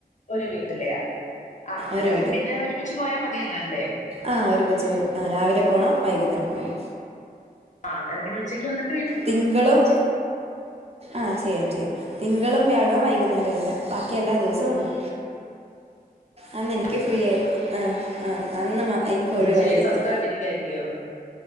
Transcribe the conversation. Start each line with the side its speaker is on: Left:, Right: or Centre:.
Left: ഒരു വീട്ടിലെയാ? ആഹ് അന്നേരം
Right: ഒരു
Left: പിന്നെ ഒരുമിച്ച് പോയാ മതിയല്ലോല്ലേ.
Right: ആഹ് ഒരുമിച്ച്. ആഹ് രാവിലെ പോണം വൈകുന്നേരം പോണം.
Left: ആഹ് അന്നേരം പിന്നെ ഉച്ചയ്ക്ക് വന്നി
Right: തിങ്കളും ആഹ് ചെയ്യാം ചെയ്യാം. തിങ്കളും വ്യാഴവും വൈകുന്നേരൊല്ല. ബാക്കി എല്ലാ ദിവസവും ഉണ്ട്. അന്നെനിക്ക്
Left: ഉണ്ട്
Right: ഫ്രീയായി ആഹ് ആഹ് അന്ന് മാ എനിക്ക് ഒഴിവായിരിക്കും.
Left: എന്നിച്ചിരി സ്വസ്ഥമായിട്ടിരിക്കല്ലയോ